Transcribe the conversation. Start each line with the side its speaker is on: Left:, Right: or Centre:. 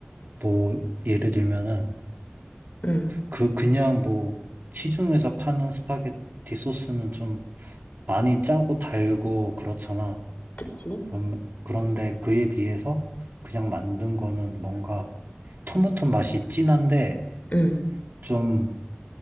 Right: 뭐, 예를 들면은,
Left: 응,
Right: 그, 그냥 뭐, 시중에서 파는 스파게티 소스는 좀 많이 짜고 달고 그렇잖아.
Left: 그치?
Right: 그럼, 그런데 그에 비해서 그냥 만든 거는 뭔가 토마토 맛이 진한데,
Left: 응.
Right: 좀,